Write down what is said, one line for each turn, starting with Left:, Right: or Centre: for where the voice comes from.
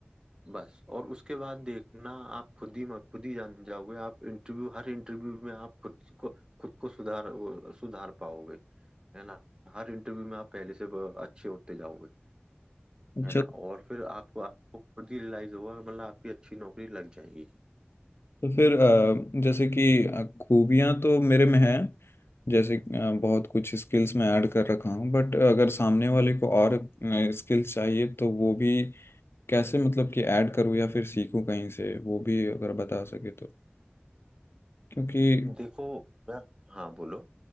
Right: बस और उसके बाद देखना आप खुद ही खुद ही जान जाओगे आप इंटरव्यू हर इंटरव्यू में आप खुद को खुद को सुधार वो, सुधार पाओगे है ना हर इंटरव्यू में आप पहले से ब- अच्छे होते जाओगे
Left: अच्छा
Right: है ना और फिर आपको आपको खुद ही रियलाइज होगा मतलब आपकी अच्छी नौकरी लग जाएगी
Left: तो फिर अ, जैसे कि अ, खूबियां तो मेरे में हैं जैसे अ, बहुत कुछ स्किल्स मैं ऐड कर रखा हूँ बट अगर सामने वाले को और स्किल्स चाहिए तो वो भी कैसे मतलब कि ऐड करूँ या फिर सीखूँ कहीं से वो भी अगर बता सके तो क्योंकि
Right: देखो यार हाँ बोलो